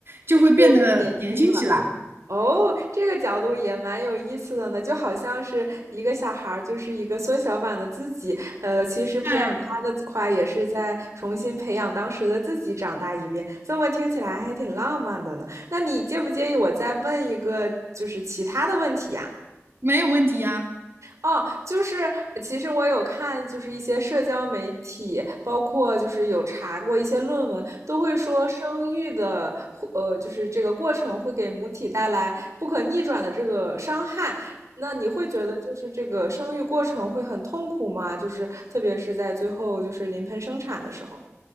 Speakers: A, on the right (about 50°); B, on the right (about 85°).
A: 就会变得年轻起来。
B: 又更年轻了。哦，这个角度也蛮有意思的呢，就好像是一个小孩儿，就是一个缩小版的自己。呃，其实培养他的话，
A: 对，
B: 也是在重新培养当时的自己长大一遍。这么听起来还挺浪漫的呢。那你介不介意我再问一个，就是其他的问题呀？
A: 没有问题啊。
B: 哦，就是其实我有看，就是一些社交媒体，包括就是有查过一些论文，都会说生育的，呃，就是这个过程会给母体带来不可逆转的这个伤害。那你会觉得就是这个生育过程会很痛苦吗？就是特别是在最后就是临盆生产的时候。